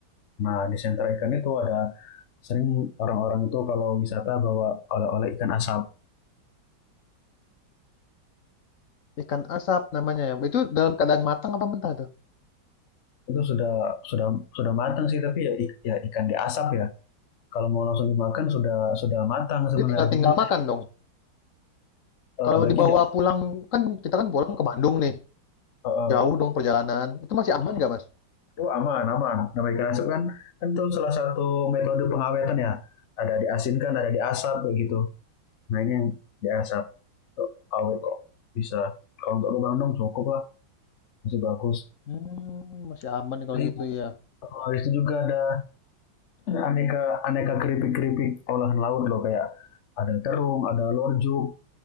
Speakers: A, on the left; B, on the left.
A: Nah, di sentra ikan itu ada sering orang-orang itu kalau wisata bawa oleh-oleh ikan asap.
B: Ikan asap namanya ya? Itu dalam keadaan matang apa mentah tuh?
A: itu sudah sudah sudah matang sih tapi ya ya ikan diasap ya kalau mau langsung dimakan sudah sudah matang sebenarnya
B: Itu tinggal
A: tapi
B: tinggal
A: biasanya,
B: makan dong?
A: eh,
B: Kalau
A: baiknya
B: dibawa
A: dia eh,
B: pulang kan kita kan pulang ke Bandung nih,
A: eh,
B: jauh dong perjalanan, itu masih aman nggak, Mas?
A: oh aman aman nama ikan asap kan kan itu salah satu metode pengawetan ya ada diasinkan ada diasap kayak gitu nah ini yang diasap tuh, awet kok bisa kalau untuk lubang dong cukup lah masih bagus
B: Hmm masih aman kalau
A: Jadi,
B: gitu ya.
A: eh, itu juga ada aneka aneka keripik keripik olahan laut loh kayak ada terung ada lorjuk